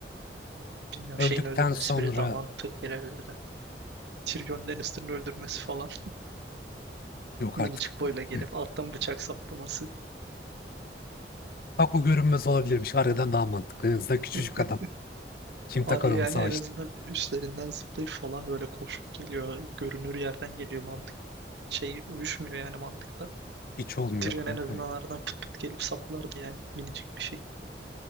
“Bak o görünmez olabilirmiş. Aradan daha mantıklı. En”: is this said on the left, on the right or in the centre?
Left